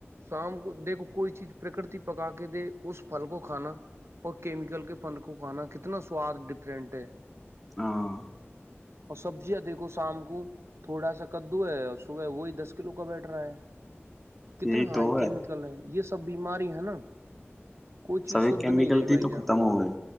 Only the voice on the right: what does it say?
شام کو دیکھو کوئی چیز پرکرتی پکا کے دے اس پھل کو کھانا اور کیمیکل کے پھل کو کھانا کتنا سواد ڈفرنٹ ہے
اور سبزیاں دیکھو شام کو تھوڑا سا کدو ہے اور صبح وہی دس کلو کا بیٹھ رہا ہے کتنے
ہائی
کیمیکل ہیں یہ سب سب بیماری ہے نا کوئی چیز
شدھ
نہیں رہی
بھائی
جان